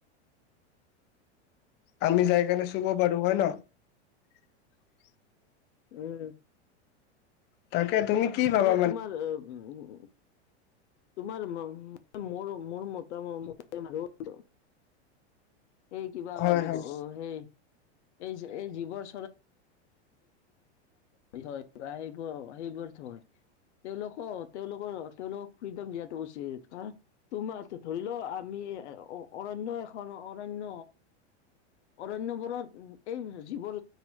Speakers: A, on the left; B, on the left.
A: আমি যাই কিনে চুব পাৰো হয় ন।
B: উম।
A: তাকে তুমি কি ভাবা
B: মানে তোমাৰ, উম, তোমাৰ মোৰ, মোৰ মতামত <unintelligible> সেই কিবা
A: হয়
B: বুলি
A: হয়
B: ক অ সেই এই এই জীৱ <unintelligible> <unintelligible> সেইবোৰ সেইবোৰ থয়। তেওঁলোকৰ, তেওঁলোকৰ, তেওঁলোক ফিদম দিয়টো উচিত হা। তোমাৰটো ধৰি লও। আমি অৰণ্য এখন অৰণ্য। অৰণ্যবোৰত এই যিবোৰ